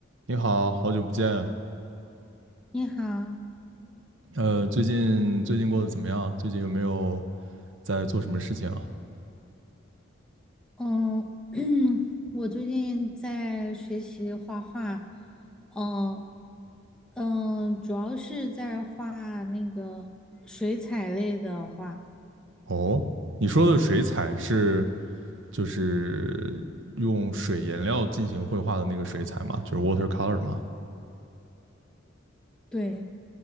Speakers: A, on the right (about 70°); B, in the centre.
A: 你好，好久不见。
B: 你好，
A: 呃，最近最近过得怎么样？最近有没有在做什么事情啊？
B: 嗯，<clears throat> 我最近在学习画画，嗯嗯，主要是在画那个水彩类的画，
A: 哦，你说的水彩是就是用水颜料进行绘画的那个水彩吗？就是 watercolor 吗？
B: 对。